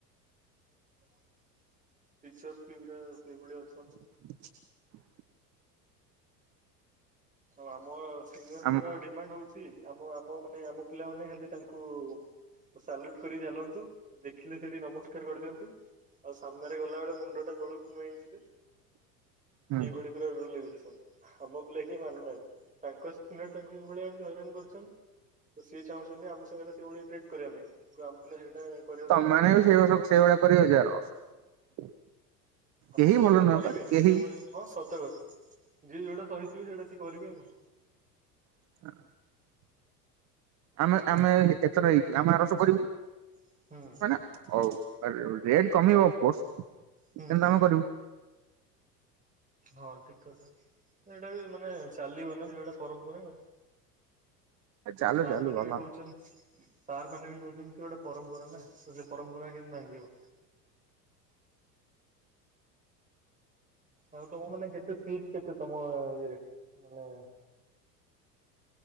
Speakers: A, on the right; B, on the right.
A: ଟିଚରସ ସିପରା ସେଇଭଳିଆ ଅଛନ୍ତି।
B: <unintelligible>
A: ହଁ ଆମ ସିନିୟରଙ୍କର
B: ଆମ
A: ଡିମାଣ୍ଡ ହଉଚି ଆମ ଆମ ମାନେ ଆମ ପିଲାମାନେ ହେଲେ ତାଙ୍କୁ ସାଲୁଟ କରି ଚାଲନ୍ତୁ ଦେଖିଲେ ସେଇଠି ନମସ୍କାର କରିଦିଅନ୍ତୁ। ଆଉ ସାମ୍ନାରେ ଗଲାବେଳେ ମୁଣ୍ଡ ଟା ତଳୁକୁ ନୁଆଁଇକି ଯିବେ।
B: ହୁଁ
A: ଏଇଭଳି ପୁରା ରୁଲ ରେଗୁଲେସନ ଆମ ପିଲା କେହି ମାନୁନାହାନ୍ତି ତାଙ୍କ ସିନିୟର୍ ତାଙ୍କୁ ଏଭଳିଆ ଏମିତି ହଇରାଣ କରିଚନ୍ତି ତ ସିଏ ଚାହୁଁଚନ୍ତି ଆମ ସାଙ୍ଗରେ ସେଇଭଳିଆ ଟ୍ରିଟ୍ କରିବା ପାଇଁ କିନ୍ତୁ ଆମ ପିଲା ସେଇଟା କରିବାକୁ
B: ତମମାନେ
A: ଦଉନାହାନ୍ତି ଆଉ।
B: ବି ସେଇଭଳିଆ ସେଇଭଳିଆ କରିବ କି ଆର ବର୍ଷ।
A: ଆମ
B: କେହି
A: ପିଲା
B: ଭଲ
A: କିନ୍ତୁ
B: ନୁହଁପା
A: କରିବେନି
B: କେହି
A: ସେଇଭଳିଆ ହଁ ସତ କଥା ଯିଏ ଯେଉଁଟା ସହିଥିବେ ସେଇଟା ସିଏ କରିବେ ଆଉ।
B: <unintelligible> ଆମେ ଆମେ ଏଥର ହେଇଚୁ ଆମେ ଆର ବର୍ଷ କରିବୁ
A: ହୁଁ
B: ହନା ହଉ। ରେ ରେଟ କମିବ ଅଫକୋର୍ସ କେମିତି
A: ହୁଁ ହୁଁ
B: ଆମେ କରିବୁ?
A: ହଁ ଠିକ କଥା ଏଇଟା ବି ମାନେ ଚାଲିବ ନା ସେଟା ପରମ୍ପରା ଆଉ।
B: ଚାଲୁ
A: ସାର୍
B: ଚାଲୁ
A: ମାନେ
B: ଭଲ
A: ବି କହୁଚନ୍ ସାର୍ ମାନେ ବି କହୁଚନ୍ତି ସେ ଗୋଟେ ପରମ୍ପରା ନା ତ ସେ ପରମ୍ପରା କେମିତି ଭାଙ୍ଗିବ। ଆଉ ତମ ମାନେ କେତେ ସିଟ କେତେ ତମ ଇଏରେ ମାନେ